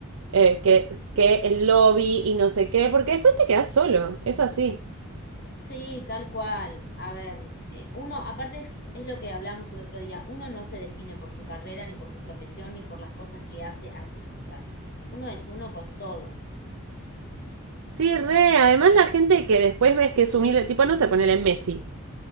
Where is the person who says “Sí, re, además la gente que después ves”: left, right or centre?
Right